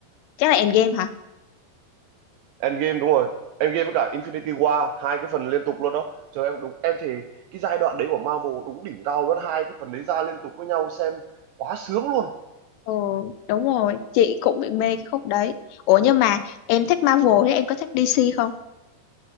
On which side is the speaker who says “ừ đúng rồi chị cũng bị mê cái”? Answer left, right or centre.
Left